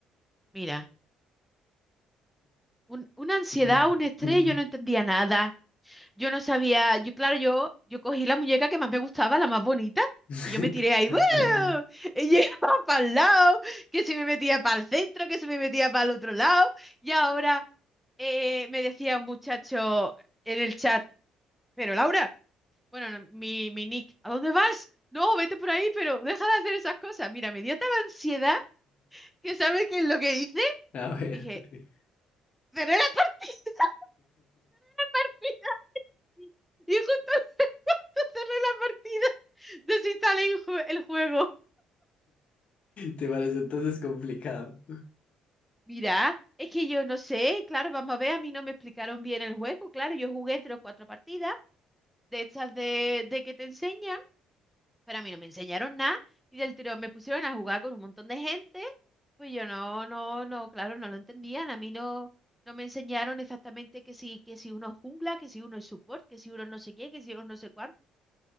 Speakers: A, in the centre; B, on the left (about 50°).
A: Mira, un- una ansiedad,
B: <laughs>
A: un estrés, yo no entendía nada. Yo no sabía, yo claro, yo, yo cogí la muñeca que más me gustaba, la más bonita,
B: <laughs>
A: y yo me tiré ahí, ¡buah! <laughs> y llegaba para el <laughs> lado, que se me metía para el centro, que se me metía para el otro lado. Y ahora eh, me decía un muchacho en el chat, pero Laura. Bueno, no, mi, mi Nick, ¿a dónde vas? No, vete por ahí, pero deja de hacer esas cosas. Mira, me dio tal ansiedad que ¿sabes qué es lo que hice?
B: A ver.
A: Dije,
B: <laughs>
A: cerré la partida. <laughs> Y justo <laughs> cerré la partida. Desinstalé el jue- el juego.
B: ¿Te parece entonces complicado?
A: Mira, es que yo no sé, claro, vamos a ver, a mí no me explicaron bien el juego, claro, yo jugué tres o cuatro partidas de estas de, de que te enseñan pero a mí no me enseñaron nada y del tirón me pusieron a jugar con un montón de gente, pues yo no, no, no, claro, no lo entendían, a mí no, no me enseñaron exactamente que si, que si uno es jungla, que si uno es support, que si uno no sé qué, que si uno no sé cuánto,